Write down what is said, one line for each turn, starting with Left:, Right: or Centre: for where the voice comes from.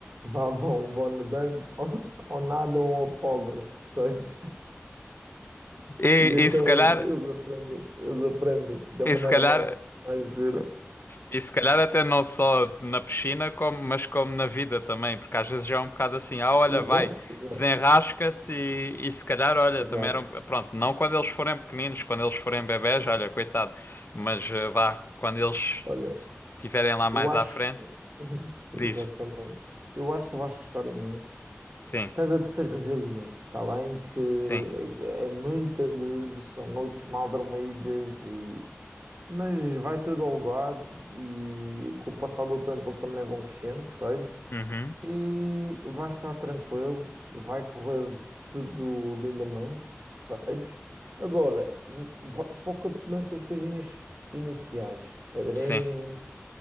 Right: <laughs> lá vão, vão nadando, <laughs> ou, ou nadam ou afogam-se, percebes?
Left: E,
Right: E então
Left: e se calhar,
Right: eles, eles aprendem, eles aprendem da
Left: e
Right: maneira
Left: se calhar.
Right: mais, mais dura.
Left: E se calhar até não só na piscina, como, mas como na vida também, porque às vezes já é um bocado assim, ah, olha,
Right: Exato,
Left: vai,
Right: exato,
Left: desenrasca-te e, e se calhar, olha,
Right: exato.
Left: também eram, pronto, não quando eles forem pequeninos, quando eles forem bebés, olha, coitado, mas eh, vá, quando eles
Right: Olha,
Left: estiverem lá mais
Right: eu acho.
Left: à frente,
Right: <laughs> Pois,
Left: diz,
Right: Exatamente. Eu acho que tu vais gostar imenso.
Left: sim,
Right: Estás a de ser resiliente, está bem? Que
Left: sim,
Right: é, é muita dor, são noites mal dormidas e. Mas vai tudo ao lugar e com o passar do tempo eles também vão crescendo, percebes?
Left: uhum,
Right: e vai estar tranquilo, vai correr tudo lindamente, percebes? Agora, n- va- foca-te nestas coisinhas iniciais, padrinho,
Left: sim,